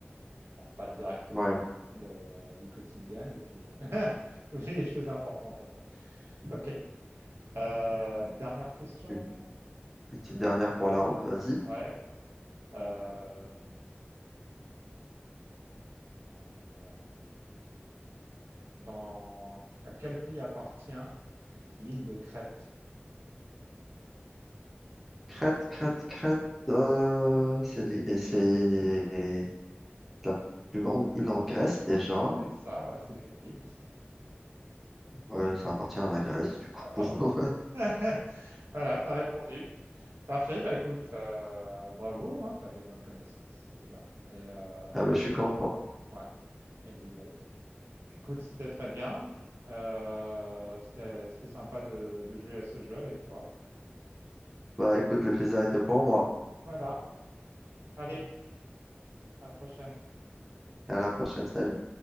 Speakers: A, on the right; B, in the centre.
A: bon, pas directement
B: Ouais.
A: utiles euh, à la vie quotidienne, et puis euh, <laughs> on oublie les choses importantes après. Ok. Euh, dernière question
B: Une, une petite
A: ou
B: dernière
A: avant-dernière?
B: pour la route, vas-y.
A: Ouais. Euh, dans, dans- à quel pays appartient l'île de Crète?
B: Crète, Crète, Crète. euh,
A: Ouais.
B: c'est li- et c'est la plus grande île en Grèce déjà.
A: C'est ça, bah, c'est quel pays? Bah, c'est là.
B: Ouais, ça appartient à la Grèce, du coup.
A: à part
B: <laughs>
A: paragraphe. <laughs> Voilà, tu as répondu. Parfait, bah écoute, euh, bravo, tu as des bonnes connaissances déjà. Et, euh,
B: Ah bah, je suis content.
A: ouais. Et puis bon, écoute, c'était très bien. Euh, c'était, c'était sympa de, de jouer à ce jeu avec toi.
B: Bah, écoute, le plaisir était pour moi.
A: Voilà, allez, à la prochaine.
B: À la prochaine, salut.